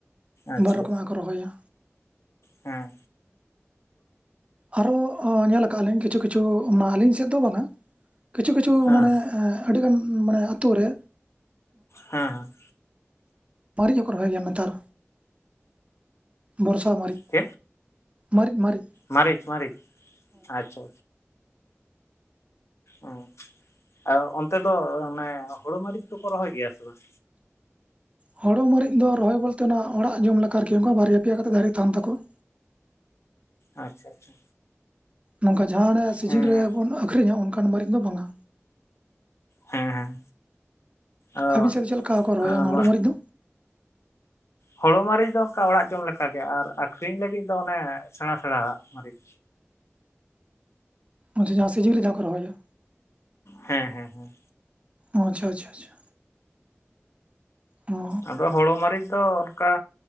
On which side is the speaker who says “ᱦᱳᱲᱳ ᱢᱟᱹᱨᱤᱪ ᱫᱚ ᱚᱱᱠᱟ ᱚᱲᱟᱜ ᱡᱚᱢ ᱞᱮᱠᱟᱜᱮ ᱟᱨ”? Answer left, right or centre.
Left